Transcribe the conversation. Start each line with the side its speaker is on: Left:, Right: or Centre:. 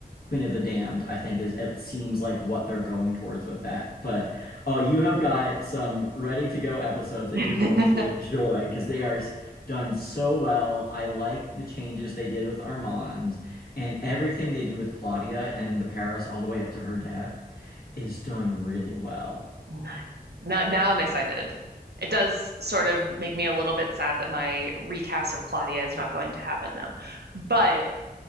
Left: Queen of the Damned, I think is it seems like what they're going towards with that. But oh, you have got some ready to go episodes that
Right: <laughs>
Left: you're going to enjoy because they are s- done so well. I like the changes they did with Armand and everything they do with Claudia and the Paris all the way up to her death is done really well.
Right: Nice. Now, now I'm excited. It does sort of make me a little bit sad that my recast of Claudia is not going to happen though. But